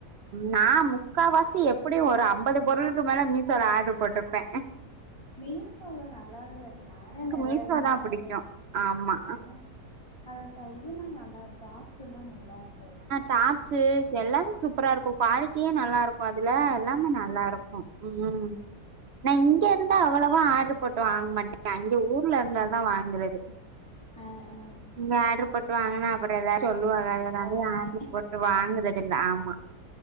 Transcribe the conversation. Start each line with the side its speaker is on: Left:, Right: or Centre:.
Right: நா முக்கா வாசி எப்டியு ஒரு ஐம்பது பே பொருளுக்கு மேல மீசோல ஆடர்ரு போட்டிருப்பே
Left: மீசோல நல்லாதனே இருக்கு நானே நெறையது
Right: மீஷோ
Left: மீசேல
Right: தா புடிக்கு ஆமா
Left: ஏன்னா அத இதுன்னா நல்லா டாப்ஸ்சல்லா நல்லா இருக் அதுல
Right: டாப்ஸ்சு எல்லாமே சூப்பரா இருக்கு குவாலிட்டியே நல்லா இருக்கு அதுல எல்லாமே நல்லா இருக்கு ம் நா இங்க இருந்தா அவ்வளவா ஆர்டரு போட்டு வாங்க மாட்டே அங்க ஊர்ல இருந்தாதா வாங்குறது
Left: ஆ ஆ
Right: இங்க ஆட்ரு போட்டு வாங்கன்னா அப்புறோ ஏதா சொல்லுவாங்க அதனால
Left: அவ்ளோதே
Right: ஆட்ரு போட் வாங்குறத இல்ல ஆமா